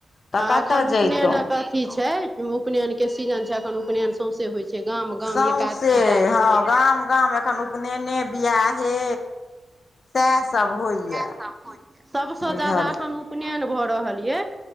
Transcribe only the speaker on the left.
तऽ कतय
जैतहुँ
सौँसे
हँ
गाम गाम एखन उपनयने बियाहे सएहसभ होइए
बुझल